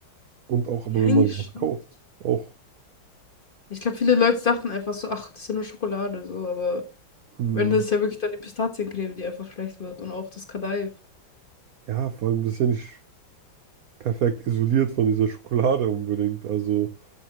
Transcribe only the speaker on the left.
ja eigentlich.
Ich glaube, viele Leute dachten einfach so, ach, das ist ja nur Schokolade, so, aber
am Ende ist ja wirklich dann die Pistaziencreme, die einfach schlecht wird und auch das Kadaif.